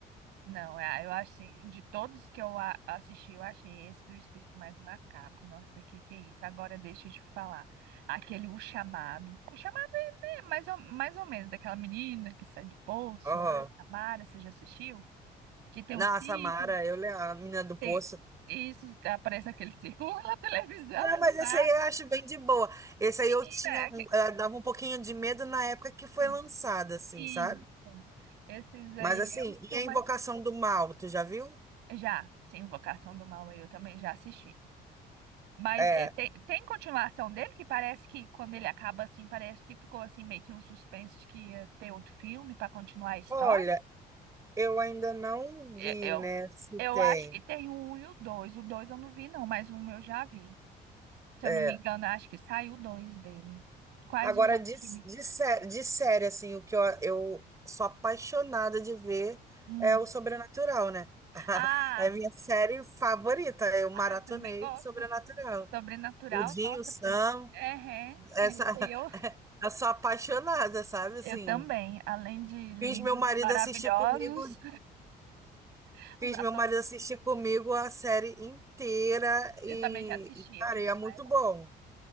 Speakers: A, on the right; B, on the right.
A: Não, é, eu acho assim, de todos que eu a- assisti, eu achei esse do espírito mais macabro. Nossa, que que é isso? Agora deixa eu te falar. Aquele O Chamado. O Chamado é né, mais ou, mais ou menos daquela menina que sai do poço
B: Aham.
A: lá, Tamara, você já assistiu? Que tem
B: Na
A: um círculo,
B: Samara, eu, le- a menina do poço.
A: tem isso, aparece aquele <laughs> círculo na televisão
B: Não, mas
A: do nada.
B: esse aí eu acho bem de boa. Esse aí
A: Menina,
B: eu tinha,
A: é que-
B: eu dava um pouquinho de medo na época que foi
A: sim,
B: lançado, assim,
A: isso.
B: sabe?
A: Esses aí
B: Mas assim,
A: é o
B: e
A: que eu
B: a
A: mais
B: Invocação do Mal, tu já viu?
A: já, sim, Invocação do Mal eu também já assisti. Mas
B: É.
A: é, tem, tem continuação dele que parece que quando ele acaba assim, parece que ficou assim meio que um suspense de que ia ter outro filme para continuar a história.
B: Olha, eu ainda não vi,
A: E- Eu,
B: né, se
A: eu
B: tem.
A: acho que tem o um e o dois. O dois eu não vi não, mas um eu já vi. Se
B: É.
A: eu não me engano, eu acho que saiu o dois dele. Quais
B: Agora,
A: os outros
B: de,
A: filmes?
B: de, sé- de série, assim, o que eu, eu sou apaixonada de ver
A: Hum.
B: é o Sobrenatural, né? <laughs>
A: Ah,
B: É minha série favorita. Eu
A: ah,
B: maratonei
A: eu também gosto.
B: Sobrenatural.
A: Sobrenatural,
B: O Jim,
A: nossa.
B: o Sam,
A: É, é.
B: essa.
A: Esse
B: <laughs>
A: aí eu,
B: Eu sou apaixonada, sabe? Assim,
A: eu também. Além de lindos
B: fiz meu marido
A: e maravilhosos,
B: assistir comigo,
A: <laughs>
B: fiz
A: os atores
B: meu marido assistir comigo a série inteira e,
A: Eu também já assisti
B: e cara,
A: aquele
B: é muito
A: lá é bom.
B: bom.